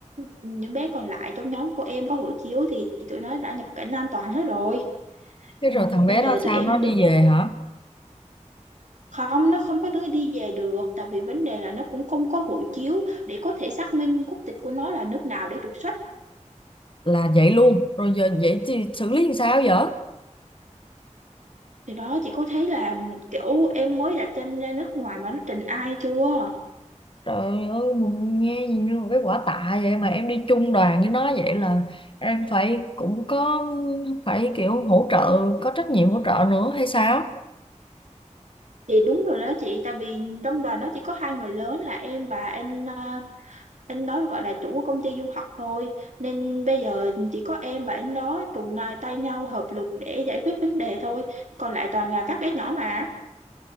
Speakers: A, on the right; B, on the left.
A: những bé còn lại trong nhóm của em có hộ chiếu thì tụi nó đã nhập cảnh an toàn hết rồi.
B: thế
A: Ừm,
B: rồi thằng
A: Bây
B: bé
A: giờ
B: đó
A: tụi
B: sao
A: em
B: nó đi
A: đứng
B: về hả
A: không, nó không có đứa đi về được tại vì vấn đề là nó cũng không có hộ chiếu để có thể xác minh quốc tịch của nó là nước nào để trục xuất.
B: là vậy luôn rồi giờ vậy thì xử lý làm sao vậy
A: Thì đó chị có thấy là kiểu em mới đặt chân ra nước ngoài mà nó trình ai chưa?
B: trời ơi mà nghe gì như một cái quả tạ vậy mà em đi chung đoàn với nó vậy là em phải cũng có phải kiểu hỗ trợ có trách nhiệm hỗ trợ nữa hay sao
A: Chị đúng rồi đó chị, tại vì trong đoàn nó chỉ có hai người lớn là em và anh à, anh đó gọi là chủ của công ty du học thôi. Nên bây giờ chỉ có em và anh đó cùng là tay nhau hợp lực để giải quyết vấn đề thôi. Còn lại toàn là các bé nhỏ mà.